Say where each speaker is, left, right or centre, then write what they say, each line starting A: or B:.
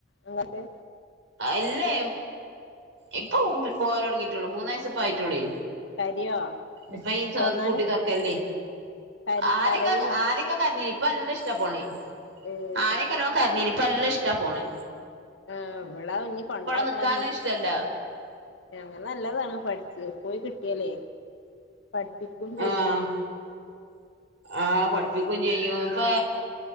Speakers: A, on the left; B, on the right.
A: അങ്ങട്ടെ
B: അല്ലേ ഇപ്പൊ പോരടങ്ങീട്ടോളൂ മൂന്നാവയസ്സ് ഇപ്പ ആയിട്ടോളി
A: കരയോ
B: ഇപ്പ ച്
A: പോന്നാല്
B: പൂട്ടി തൊറക്കല്ലേ
A: കരി
B: ആദ്യക്ക്
A: കരയോ
B: ആദ്യ ക്കെകാരിഞ്ഞെന്നു ഇപ്പ നല്ല ഇഷ്ട പോണെ.
A: ഏഹ്
B: ആരെക്കലോ നല്ല കരിഞ്നിപ്പ നല്ല ഇഷ്ട പോണ്.
A: ആഹ് ഇവളാ ഇഞ്ഞി കൊണ്ടാക്കണത്
B: നിക്കാനും ഇഷ്ടല്ല
A: അങ്ങനെ നല്ലതാണ് പഠിച്ച് പോയി കിട്ടിയാല്ലേ പഠിപ്പിക്കും ചെയ്യും.
B: ആഹ് ആഹ് പഠിപ്പിക്കും ചെയ്യും ഇപ്പൊ